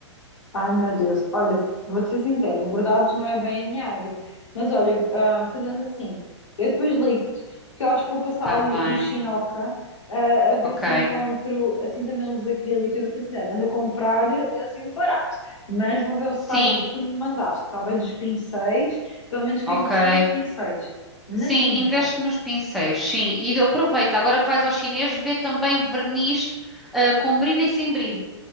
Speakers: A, on the left; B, in the centre.
A: Ai, meu Deus. Olha, vou-te ser sincera, bordados não é bem a minha área. Mas olha, ah, fazemos assim. Eu depois ligo-te, porque eu acho que vou passar
B: Está
A: ali
B: bem,
A: no Chinoca, ah, a ver
B: ok.
A: se encontro assim também uns acrílicos. Eu vou-te ser sincera, ando a comprar ah, assim um barato. Mas vou ver o site
B: Sim,
A: que me mandaste, está bem? Dos pincéis. Pelo menos para
B: ok.
A: investir nos pincéis. Na
B: Sim,
A: tinta.
B: investe nos pincéis, sim. E aproveita, agora que vais ao chinês, vê também verniz, ah, com brilho e sem brilho.